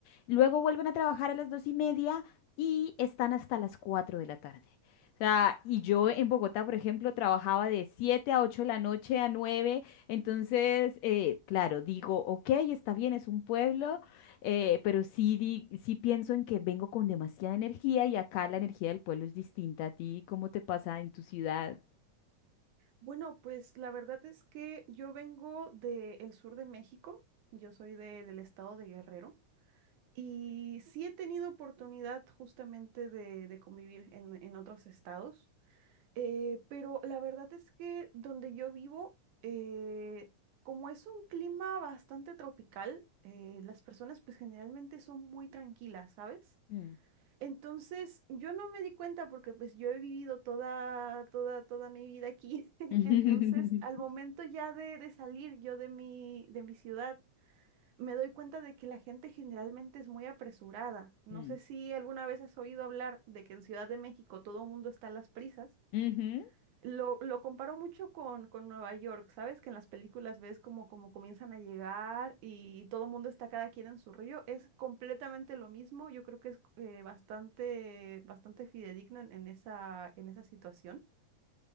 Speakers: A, on the left; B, on the right.
A: Luego vuelven a trabajar a las 2 y media y están hasta las 4 de la tarde. O sea, y yo en Bogotá, por ejemplo, trabajaba de 7 a 8 de la noche, a nueve entonces, eh, claro, digo, ok, está bien, es un pueblo, eh, pero sí, di- sí pienso en que vengo con demasiada energía y acá la energía del pueblo es distinta a ti. ¿Cómo te pasa en tu ciudad?
B: Bueno, pues la verdad es que yo vengo del sur de México, yo soy de- del estado de Guerrero y sí he tenido oportunidad justamente de, de convivir en, en otros estados, eh, pero la verdad es que donde yo vivo, eh, como es un clima bastante tropical, eh, las personas pues generalmente son muy tranquilas, ¿sabes?
A: Mm.
B: Entonces, yo no me di cuenta porque pues yo he vivido toda, toda, toda mi vida aquí. <laughs>
A: <laughs>
B: Entonces, al momento ya de, de salir yo de mi, de mi ciudad, me doy cuenta de que la gente generalmente es muy apresurada. No
A: Mm.
B: sé si alguna vez has oído hablar de que en Ciudad de México todo el mundo está a las prisas.
A: Ujú.
B: Lo, lo comparo mucho con, con Nueva York, ¿sabes? Que en las películas ves como, como comienzan a llegar y, todo el mundo está cada quien en su rollo. Es completamente lo mismo. Yo creo que es eh, bastante, bastante fidedigno en, en esa, en esa situación.